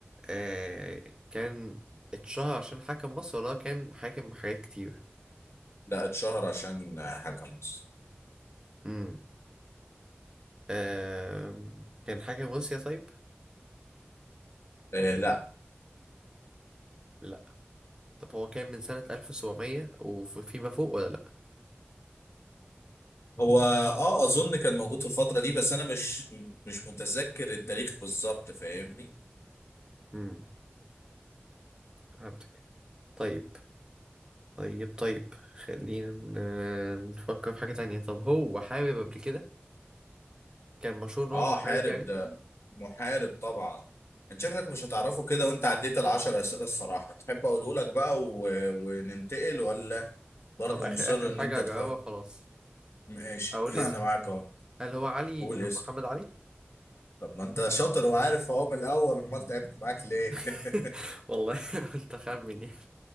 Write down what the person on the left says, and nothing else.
لا اتشهر عشان حاجه مصر
إيه لا
هو اه اظن كان موجود في الفتره دي بس انا مش مش متذكر التاريخ بالظبط فاهمني
اه
حارب
ده محارب طبعا انت شكلك مش هتعرفه كده وانت عديت العشر اسئله الصراحه تحب اقوله لك بقى و... وننتقل ولا برضه
مصر
ان
انت
تحاول
ماشي
<laughs>
انا معاك اهو
قول اسم
طب ما انت شاطر وعارف اهو من الاول امال تعبت معاك ليه
<laughs>